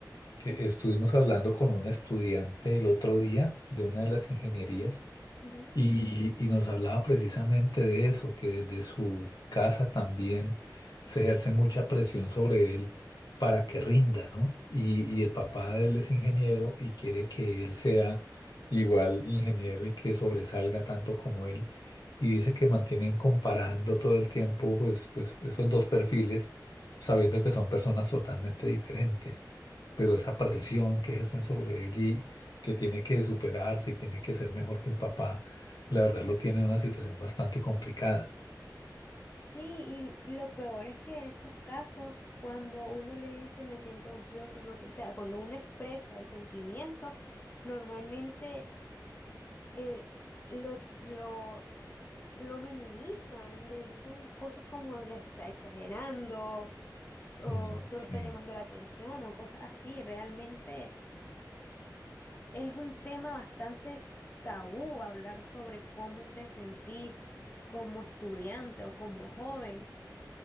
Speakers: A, on the left; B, on the left.
A: que
B: sí.
A: estuvimos hablando con una estudiante el otro día de una de las ingenierías.
B: Ujú.
A: Y, y nos hablaba precisamente de eso, que desde su casa también se ejerce mucha presión sobre él para que rinda, ¿no? Y, y el papá de él es ingeniero y quiere que él sea igual ingeniero y que sobresalga tanto como él. Y dice que mantienen comparando todo el tiempo, pues, pues esos dos perfiles, sabiendo que son personas totalmente diferentes. Pero esa presión que ejercen sobre él y que tiene que superarse y tiene que ser mejor que el papá la verdad lo tiene en una situación bastante complicada.
B: Sí, y lo peor es que en estos casos, cuando uno le dice me siento ansioso, lo que sea, cuando uno expresa el sentimiento, normalmente el- lo, ex- lo, lo minimizan, le dicen cosas como les está exagerando, s- o
A: Mm,
B: solo
A: Sí,
B: está llamando la atención, o cosas así. Realmente es un tema bastante tabú hablar sobre cómo te sentí como estudiante o como joven.